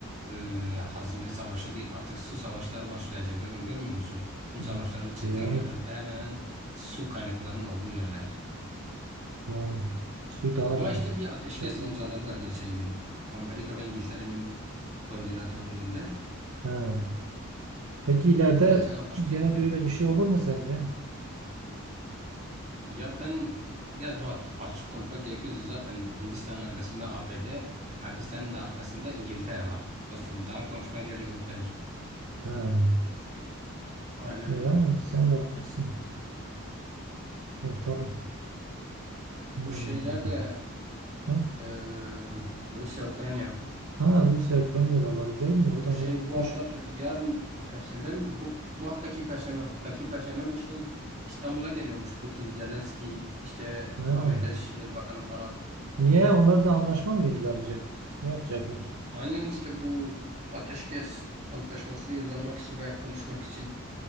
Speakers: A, on the right (about 30°); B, on the right (about 80°).
A: eee, hazine savaşı değil. Artık su savaşları başlayacak. Zaten görmüyor musun? Tüm
B: Hmm.
A: savaşların çıktığı
B: Yani
A: yerlerde hemen hemen su kaynaklarının olduğu yerler.
B: yani Sudan'a
A: Ama
B: da
A: işte bir ateşkes
B: şey yapacak.
A: imzaladılar geçen gün. Amerika ve İngiltere'nin koordinatörlüğünde
B: He. Peki ileride
A: geçen antlaşma
B: gene
A: imzaladı.
B: böyle bir şey olur mu sence?
A: Ya ben ya Zuhat açık konuşmak gerekirse zaten Hindistan'ın arkasında ABD, Pakistan'ın da arkasında İngiltere var. Dostum daha konuşmaya gerek yok bence.
B: Ha.
A: Aynen
B: E
A: öyle.
B: Yani sen de haklısın. E, tabii. Hmm.
A: Bu şeyler de
B: Ha,
A: eee, Rusya, Ukrayna.
B: ha Rusya Ukrayna'da var değil mi? O
A: Bu
B: da
A: şey
B: olmuş.
A: bu hafta yarın Perşembe mi? Bu, bu haftaki Perşembe, haftaki Perşembe mi şey İstanbul'a geliyormuş Putin, Zelenski, işte
B: Ha.
A: Amerika Dışişleri Bakanı falan.
B: Niye? Onlar da anlaşma mı imzalayacak? Ne yapacaklar?
A: Aynen işte bu ateşkes antlaşmasını imzalamak için veya konuşmak için